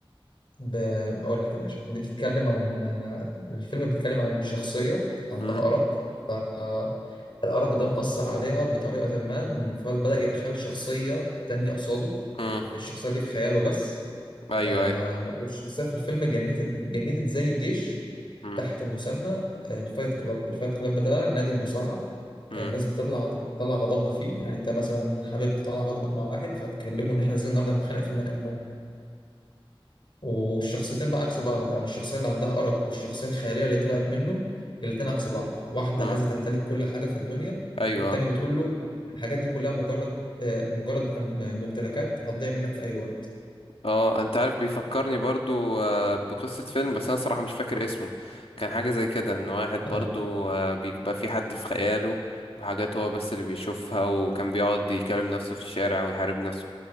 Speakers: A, on the left (about 55°); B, on the left (about 85°).
A: ب... هقول لك يا باشا دي بتتكلم عن آه، الفيلم بيتكلم عن شخصيه عندها
B: امم
A: ارق آه، الارق ده مأثر عليها بطريقه ما إن فبدأ يتخيل شخصيه تانية قصاده
B: امم
A: الشخصيه دي في خياله بس
B: ايوه
A: آه
B: ايوه
A: والشخصية في الفيلم جنتت جنتت زي جيش
B: امم
A: تحت مسمى آه، الفايت كلاب الفايت كلاب ده نادي المصارعة
B: امم
A: الناس بتطلع تطلع غضبها فيه يعني انت مثلا حابب تطلع غضبك مع واحد فهتكلمه ان احنا نازلين النهارده نتخانق في المكان ده والشخصيتين بقى عكس بعض يعني الشخصية اللي عندها أرق والشخصية الخيرية اللي طلعت منه الاتنين عكس بعض واحدة
B: امم
A: عايزة تمتلك كل حاجة في الدنيا
B: ايوه
A: والتاني بتقول له الحاجات دي كلها مجرد آه، مجرد أم- ممتلكات هتضيع منك في أي وقت
B: اه انت عارف بيفكرني برضو آه، بقصة فيلم بس انا صراحة مش فاكر اسمه كان حاجة زي كده ان واحد برضو
A: آه،
B: آه، بيبقى في حد في خياله وحاجات هو بس اللي بيشوفها وكان بيقعد يكلم نفسه في الشارع ويحارب نفسه